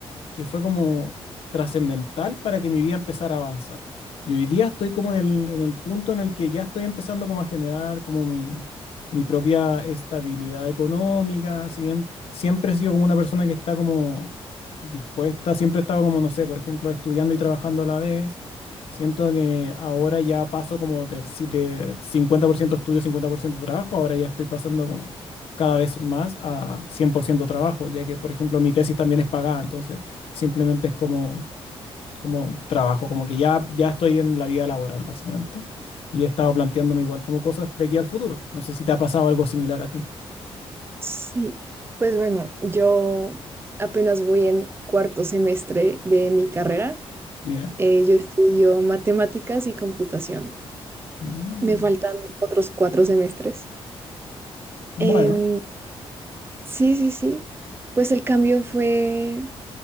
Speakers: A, on the left (about 70°); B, on the right (about 25°).
A: que fue como trascendental para que mi vida empezara a avanzar. Y hoy día estoy como en el, en el punto en el que ya estoy empezando como a generar como mi, mi propia estabilidad económica, si bien siempre he sido como una persona que está como dispuesta, siempre he estado como, no sé, por ejemplo, estudiando y trabajando a la vez. Siento que ahora ya paso como del si- de 50% estudio, 50% trabajo, ahora ya estoy pasando como cada vez más a 100% trabajo, ya que, por ejemplo, mi tesis también es pagada, entonces Simplemente es como, como trabajo, como que ya, ya estoy en la vida laboral, básicamente. Y he estado planteándome igual como cosas de aquí al futuro. No sé si te ha pasado algo similar a ti.
B: Sí. Pues bueno, yo apenas voy en cuarto semestre de mi carrera.
A: Mira.
B: Eh, yo estudio matemáticas y computación.
A: Mm.
B: Me faltan otros cuatro semestres.
A: Bueno,
B: Em, sí, sí, sí. Pues el cambio fue